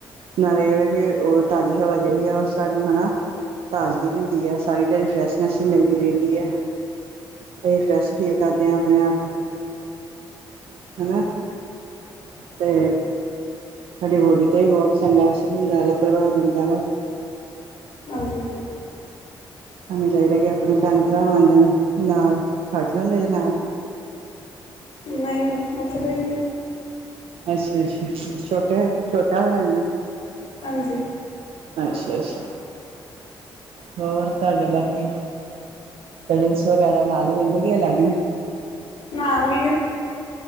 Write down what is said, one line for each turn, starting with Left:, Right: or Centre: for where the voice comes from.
Right: ਨਾਲ਼ੇ ਏ ਵੇ ਕੇ ਓ ਤਾਜ਼ੀ ਹਵਾ ਜੇੜੀ ਆ ਓ ਸਾਨੂੰ ਹਨਾ ਤਾਜ਼ਗੀ ਦਿੰਦੀ ਐ, ਸਾਰੀ ਦਿਹਾੜੀ ਫਰੈਸ਼ਨੈਸ ਮਿਲ਼ਦੀ ਰੈਂਦੀ ਐ ਤੇ ਫਰੈਸ਼ ਫੀਲ ਕਰਦੇ ਆਂ ਅਪਨੇ ਆਪ ਨੂੰ। ਹਨਾ ਤੇ ਸਾਡੀ ਬੋਲੀ 'ਤੇ ਵੀ ਬੋਤ ਚੰਗਾ ਅਸਰ ਹੁੰਦਾ ਗਾ ਪ੍ਰਭਾਵ ਪੈਂਦਾ ਵਾ।
Left: ਹਾਂਜੀ ਜੀ।
Right: ਸਾਨੂੰ ਚਾਈਦਾ ਕਿ ਅਪਨੇ ਭੈਣ ਭਰਾਵਾਂ ਦੇ ਨਾਲ਼ ਖੜ ਜਾਂਦੇ ਜੇ ਨਾਲ
Left: ਨਈ-ਨਈ ਉੱਠਦੇ ਈ ਨੀ।
Right: ਅਸ਼ਾ-ਅਸ਼ਾ ਛੋਟੇ ਛੋਟਾ ਹੋਨੇ ਨੇ ਨਾ।
Left: ਹਾਂਜੀ।
Right: ਅਸ਼ਾ-ਅਸ਼ਾ ਹੋਰ ਤੁਹਾਡੇ ਬਾਕੀ ਕਜ਼ਨਸ ਵਗੈਰਾ ਨਾਲ਼ ਈ ਰੈਂਦੇ ਕਿ ਅਲੱਗ ਨੇ?
Left: ਨਾਲ ਵੀ ਆ।